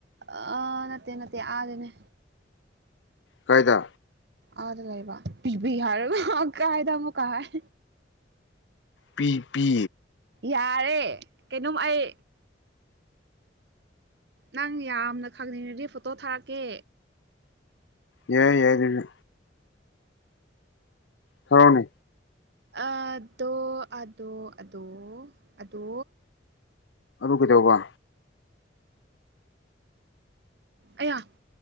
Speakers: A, on the right; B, on the left.
A: ꯑꯥ ꯅꯠꯇꯦ ꯅꯠꯇꯦ ꯑꯥꯗꯅꯦ
B: ꯀꯥꯏꯗ
A: ꯑꯥꯗ ꯂꯩꯕ ꯄꯤ ꯄꯤ ꯍꯥꯏꯔꯒ ꯀꯥꯏꯗ ꯑꯃꯨꯛꯀ ꯍꯥꯏ
B: ꯄꯤ ꯄꯤ
A: ꯌꯥꯔꯦ ꯀꯩꯅꯣꯝ ꯑꯩ ꯅꯪ ꯌꯥꯝꯅ ꯈꯪꯅꯤꯡꯉꯔꯗꯤ ꯐꯣꯇꯣ ꯊꯥꯔꯛꯀꯦ
B: ꯌꯥꯏ ꯌꯥꯏ ꯑꯗꯨꯁꯨ ꯊꯥꯔꯛꯑꯣꯅꯦ
A: ꯑꯗꯣ ꯑꯗꯣ ꯑꯗꯣ ꯑꯗꯣ
B: ꯑꯗꯨ ꯀꯩꯗꯧꯕ
A: ꯑꯌꯥ